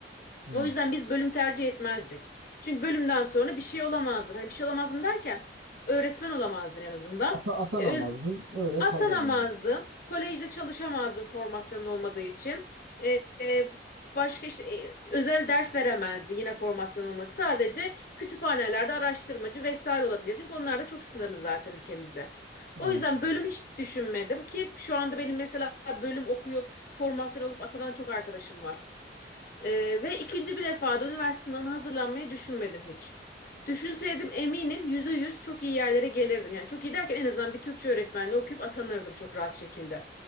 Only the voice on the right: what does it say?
Hı.
Ata, atanamazdın,
öyle
kalırdın.
Aynen.